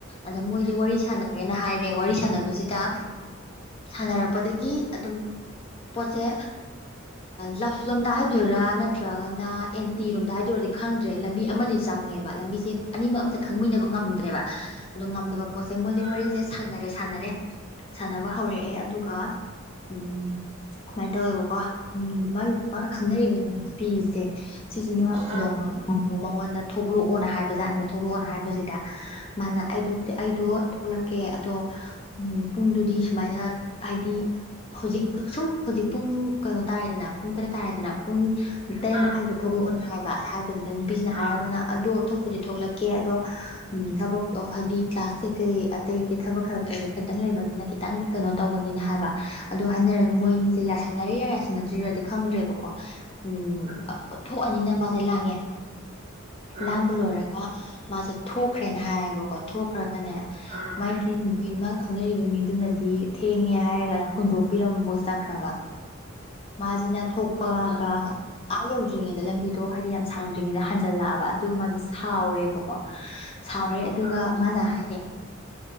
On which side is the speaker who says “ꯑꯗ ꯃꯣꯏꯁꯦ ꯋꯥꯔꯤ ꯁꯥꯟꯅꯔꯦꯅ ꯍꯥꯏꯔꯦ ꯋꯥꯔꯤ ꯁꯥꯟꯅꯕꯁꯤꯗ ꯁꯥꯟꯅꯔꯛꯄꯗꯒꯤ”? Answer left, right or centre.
Left